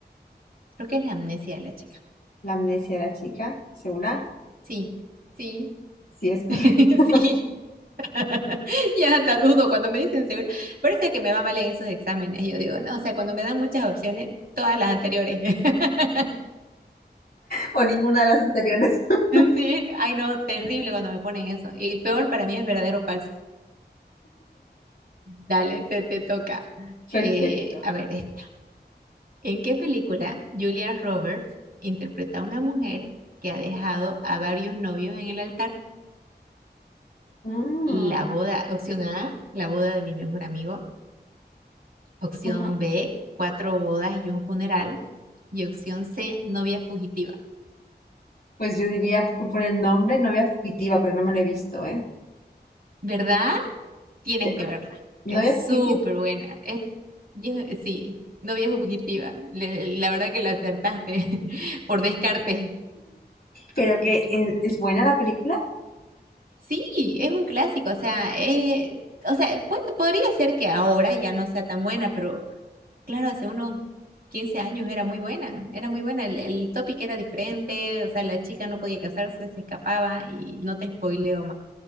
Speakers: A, on the right; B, on the left.
A: Creo que es la amnesia de la chica.
B: La amnesia de la chica, ¿segura?
A: Sí, sí,
B: Sí, es correcto.
A: <laughs>
B: <laughs>
A: sí. <laughs> Ya hasta dudo cuando me dicen seguro. Parece que me va mal en esos exámenes. Yo digo, no, o sea, cuando me dan muchas opciones, todas las anteriores. <laughs>
B: O ninguna de las anteriores. <laughs>
A: Sí, ay no, terrible cuando me ponen eso. Y peor para mí es verdadero o falso. Dale, te, te toca.
B: Perfecto.
A: Eh, a ver, esta. ¿en qué película Julia Roberts interpreta a una mujer que ha dejado a varios novios en el altar?
B: Ah,
A: La boda, opción A, la boda de mi mejor amigo. Opción
B: ajá.
A: B, cuatro bodas y un funeral. Y opción C, novia fugitiva.
B: Pues yo diría que por el nombre, novia fugitiva, pero no me lo he visto, ¿eh?
A: ¿Verdad? Tienes
B: Te-
A: que verla.
B: Novia
A: Es
B: fugitiva,
A: súper buena. Es, yo- sí, novia fugitiva. Le- la verdad que la acertaste <laughs> por descarte.
B: pero que eh, es buena la película.
A: Sí, es un clásico. O sea, eh, o sea, puede- podría ser que ahora ya no sea tan buena, pero claro, hace unos 15 años era muy buena. Era muy buena. El, el topic era diferente. O sea, la chica no podía casarse, se escapaba y no te spoileo